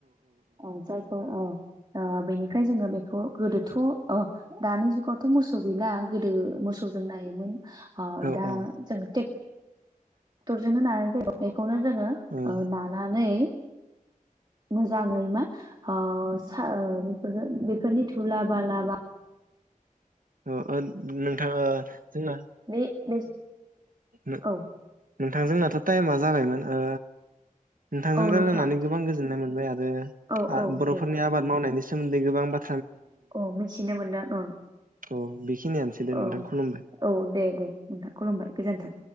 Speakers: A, on the right; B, on the right.
A: औ जायखौ अ ओ बेनिफ्राय जोङो बेखौ गोदोथ' ओ दानि जुगावथ' मोसौ गैला गोदो मोसौजों नायोमोन आ
B: औ
A: दा
B: औ
A: जों टेक दुर जोंनो नानाय जायो <unintelligible> खौनो जोङो
B: औ
A: ओ नानानै मोजाङै मा ओ सा बेफोरखो बेफोरनि धुला बालाबा
B: अ ओ नोंथां ओ जोंना
A: बे बे
B: <inaudible>
A: औ
B: नोंथां जोंनाथ' टाइमा जाबायमोन ओ नोंथांजों
A: औ
B: रायजलायनानै
A: नोंथां
B: गोबां गोजोननाय मोनबाय आरो
A: औ
B: आ
A: औ
B: बर'फोरनि
A: दे
B: आबाद मावनायनि सोमोन्दै गोबां बा
A: औ मिथिनो मोनदों औ
B: औ बेखिनियानोसै दे
A: औ औ
B: नोंथां खुलुमबाय
A: औ दे दे नोंथा खुलुमबाय गोजोन्थों